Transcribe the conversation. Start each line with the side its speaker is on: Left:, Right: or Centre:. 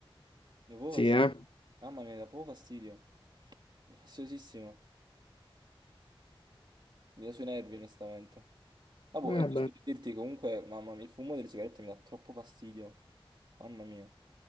Right: dà proprio
Left: Sì,
Right: fastidio.
Left: eh?
Right: Mamma mia, mi dà proprio fastidio. È fastidiosissimo. Mi dà sui nervi, onestamente. Ah, boh,
Left: Eh,
Right: e questo
Left: beh,
Right: per dirti comunque, mamma mia, il fumo delle sigarette mi dà troppo fastidio. Mamma mia.